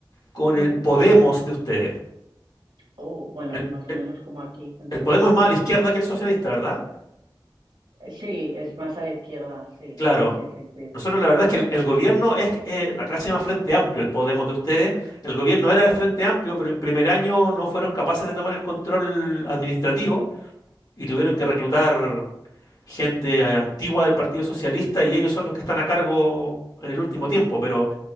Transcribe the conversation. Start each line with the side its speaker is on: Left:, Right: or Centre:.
Left: con
Right: Ujú.
Left: el Podemos de ustedes.
Right: Oh, bueno,
Left: El,
Right: más o
Left: el-
Right: menos como aquí, entonces
Left: El Podemos es más
Right: sí.
Left: a la izquierda que el socialista, ¿verdad?
Right: Sí, es más a la izquierda, sí,
Left: Claro.
Right: sí, sí, sí, sí.
Left: Nosotros la verdad es que el, el gobierno es, eh, acá se llama Frente Amplio, el Podemos de ustedes. El gobierno era el Frente Amplio, pero el primer año no fueron capaces de tomar el control administrativo y tuvieron que reclutar gente eh, antigua del Partido Socialista y ellos son los que están a cargo en el último tiempo. Pero